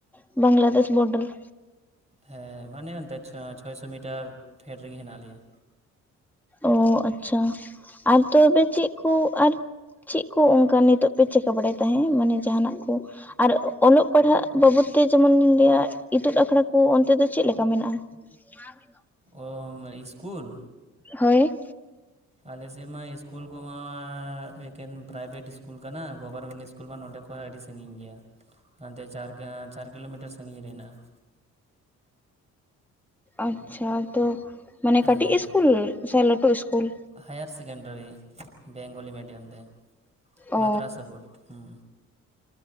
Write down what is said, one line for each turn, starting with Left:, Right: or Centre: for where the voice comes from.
Centre: ᱵᱟᱝᱞᱟᱫᱮᱥ ᱵᱳᱰᱟᱨ᱾
Right: ᱦᱮᱸ ᱢᱟᱱᱮ ᱚᱱᱛᱮ ᱪᱷᱚ ᱪᱷᱚᱭ ᱥᱚ ᱢᱤᱴᱟᱨ ᱯᱷᱮᱰ ᱨᱮᱜᱮ ᱦᱮᱱᱟᱜ ᱞᱮᱭᱟ᱾
Centre: ᱚ ᱟᱪᱪᱷᱟ ᱟᱨ ᱛᱚᱵᱮ ᱪᱮᱫ ᱠᱚ ᱟᱨ ᱪᱮᱜ ᱠᱚ ᱚᱝᱠᱟ ᱱᱤᱛᱚᱜ ᱯᱮ ᱪᱮᱠᱟ ᱵᱟᱲᱟᱭ ᱛᱟᱦᱮᱸᱜ ᱢᱟᱱᱮ ᱡᱟᱦᱟᱱᱟᱜ ᱠᱚ? ᱟᱨ ᱚᱜᱼᱚᱞᱚᱜ ᱯᱟᱲᱦᱟᱜ ᱵᱟᱵᱚᱫ ᱛᱮ ᱡᱮᱢᱚᱱ ᱱᱤᱧ ᱞᱟᱹᱭᱟ ᱤᱛᱩᱫ ᱟᱠᱷᱲᱟ ᱠᱚ ᱚᱱᱛᱮ ᱫᱚ ᱪᱮᱫ ᱞᱮᱠᱟ ᱢᱮᱱᱟᱜᱼᱟ? <inaudible>
Right: ᱚ ᱢᱟᱱᱮ ᱤᱥᱠᱩᱞ?
Centre: ᱦᱳᱭ᱾
Right: ᱟᱞᱮ ᱥᱮᱫ ᱢᱟ ᱤᱥᱠᱩᱞ ᱠᱚᱢᱟ ᱮᱠᱮᱱ ᱯᱨᱟᱭᱵᱷᱮᱴ ᱥᱠᱩ ᱠᱩᱞ ᱠᱟᱱᱟ ᱜᱚᱵᱷᱚᱨᱢᱮᱱᱴ ᱤᱥᱠᱩᱞ ᱢᱟ ᱱᱚᱸᱰᱮ ᱠᱷᱚᱡ ᱦᱚᱸ ᱟᱹᱰᱤ ᱥᱟᱺᱜᱤᱧ ᱜᱮᱭᱟ᱾ ᱦᱟᱱᱛᱮ ᱪᱟᱨ ᱜᱟ ᱪᱟᱨ ᱠᱤᱞᱳᱢᱤᱴᱟᱨ ᱥᱟᱺᱜᱤᱧ ᱨᱮ ᱦᱮᱱᱟᱜᱼᱟ᱾
Centre: ᱟᱪᱪᱷᱟ ᱛᱚ ᱢᱟᱱᱮ ᱠᱟᱹᱴᱤᱜ
Right: ᱦᱮᱸ
Centre: ᱤᱥᱠᱩᱞ ᱥᱮ ᱞᱟᱹᱴᱩ school?
Right: Higher secondary Bengali medium ᱛᱮ
Centre: ᱚ
Right: ᱢᱟᱫᱽᱨᱟᱥᱟ ᱵᱳᱨᱰ ᱦᱮᱸ᱾